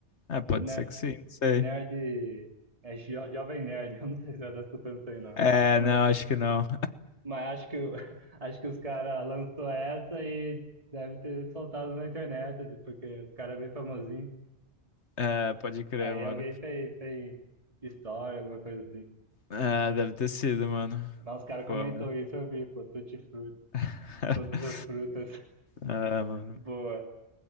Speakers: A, on the left; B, on the right.
A: É, pode
B: Ne-
A: ser que sim, não sei.
B: Nerd. É jo, Jovem Nerd. <laughs> Eu não sei se ela tá escutando isso aí, não.
A: É,
B: Mas,
A: não, acho que não.
B: mas acho que, o- <laughs> acho que os caras lançou essa e deve ter soltado na internet, porque os caras é bem famosinho.
A: É, pode crer,
B: Aí
A: mano.
B: alguém fez, fez história, alguma coisa assim.
A: É, deve ter sido, mano.
B: Mas os caras comentou
A: Pô, mano.
B: isso, eu vi, pô, tutti frutti,
A: <laughs>
B: todas as frutas.
A: É, mano.
B: Boa.